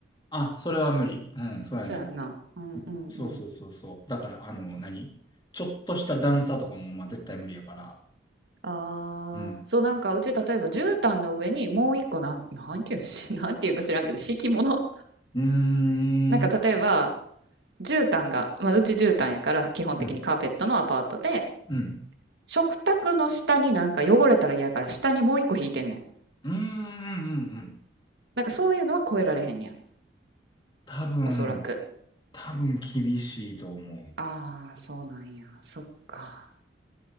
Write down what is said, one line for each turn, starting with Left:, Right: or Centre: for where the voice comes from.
Left: あ、それは無理。うん、そうやね。
Right: そうやんな。うんうんうん。
Left: そうそうそうそう。だから、あの、何ちょっとした段差とかも、まあ、絶対無理やから。
Right: ああ、
Left: うん。
Right: そうなんかうち例えば絨毯の上にもう一個なん、なんていうんし、<laughs> なんていうんか知らんけど敷物。
Left: うー
Right: なんか例えば
Left: ん、
Right: 絨毯が、まあ、うち絨毯やから基本的にカーペットのアパートで
Left: うん、うん、
Right: 食卓の下になんか汚れたら嫌やから下にもう一個引いてんねん。
Left: うーん、うん、うん。
Right: なんかそういうのは超えられへんねや。
Left: 多分、
Right: おそらく。
Left: 多分厳しいと思
Right: ああ、そうなんや。そっか。